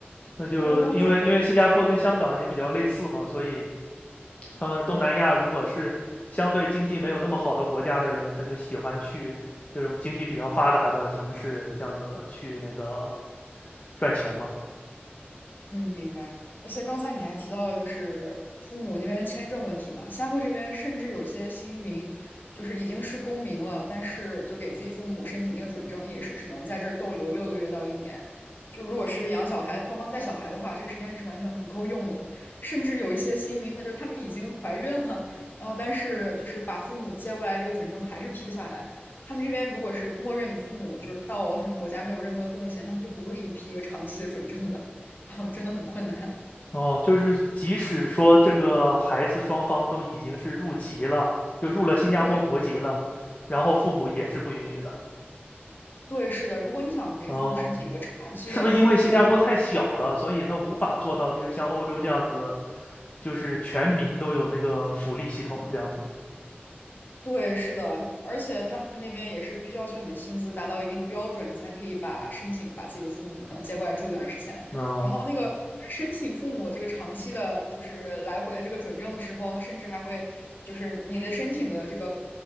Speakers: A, on the left; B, on the left.
A: 那就因为因为新加坡跟香港也比较类似嘛，
B: 还有刚才，
A: 所以他们东南亚如果是相对经济没有那么好的国家的人，
B: 嗯。
A: 他就喜欢去这种经济比较发达的城市，这样子去那个赚钱嘛。
B: 嗯，明白。而且刚才你还提到了，就是父母那边签证问题嘛，新加坡这边甚至有些新移民，就是已经是公民了，但是就给自己父母申请那个准证，也是只能在这儿逗留六个月到一年。就如果是养小孩、帮忙带小孩的话，这个时间是完全不够用的。甚至有一些新移民，他就是他们已经怀孕了，然后但是就是把父母接过来，这个准证还是批不下来。他们这边如果是默认你父母就是到他们国家没有任何的贡献，他们就不会给你批一个长期的准证的。然后真的很困难。
A: 哦，就是即使说这个孩子双方都已经是入籍了，就入了新加坡国籍了，
B: 对，
A: 然后父母也是不允许的。
B: 对，是的。如果你想给父母申请一个长期的一个
A: 哦，是不是因为新加坡太小了，所以他无法做到就是像欧洲这样子，就是全民都有那个福利系统这样子？
B: 对，是的，而且他们那边也是必须要求你的薪资达到一定标准，你才可以把申请把自己的父母可能接过来住一段时间。
A: 哦，
B: 然后那个申请父母这个长期的，就是来回的这个准证的时候，他甚至还会就是你的申请的这个